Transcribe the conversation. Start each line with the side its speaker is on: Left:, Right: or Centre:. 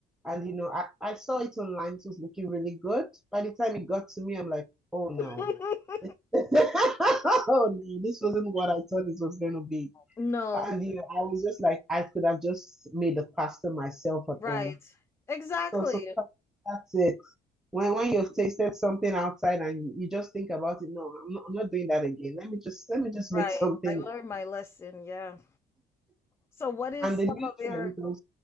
Centre: and you know, I, I saw it online, it was looking really good. By the time it got to me, I'm like, oh no.
Left: <laughs>
Centre: <laughs> Oh no, this wasn't what I thought it was going to be.
Left: no
Centre: And you know, I was just like, I could have just made the pasta myself at
Left: right
Centre: home.
Left: exactly
Centre: So, so that's it. When when you've tasted something outside and you, you just think about it, no, I'm not, I'm not doing that again. Let me just let me just
Left: right
Centre: make something.
Left: i learned my lesson yeah so what is
Centre: And the new
Left: some of your
Centre: try. we can